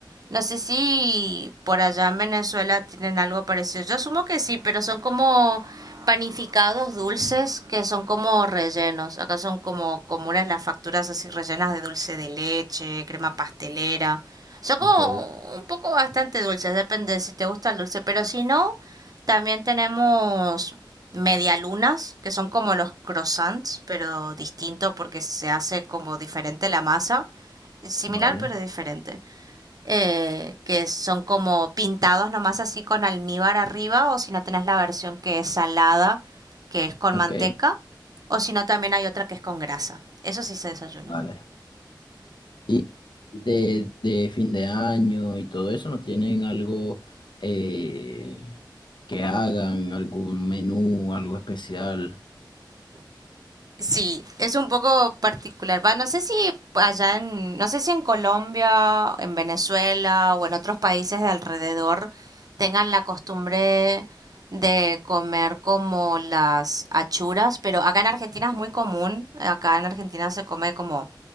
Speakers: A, on the right; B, on the left.
A: No sé si por allá en Venezuela tienen algo parecido. Yo asumo que sí, pero son como panificados dulces que son como rellenos. Acá son como comunes las facturas así rellenas de dulce de leche, crema pastelera. Son
B: ok,
A: como un poco bastante dulces, depende de si te gusta el dulce, pero si no, también tenemos medialunas, que son como los croissants, pero distinto porque se hace como diferente la masa. Similar
B: vale,
A: pero diferente. Eh, que son como pintados nomás así con almíbar arriba, o si no tenés la versión que es salada, que es con
B: ok,
A: manteca, o si no también hay otra que es con grasa. Eso sí se desayuna.
B: vale. Y de, de fin de año y todo eso, ¿no tienen algo eh, que hagan, algún menú, algo especial?
A: Sí, es un poco particular. Va, no sé si allá en, no sé si en Colombia, en Venezuela o en otros países de alrededor tengan la costumbre de comer como las achuras, pero acá en Argentina es muy común. Acá en Argentina se come como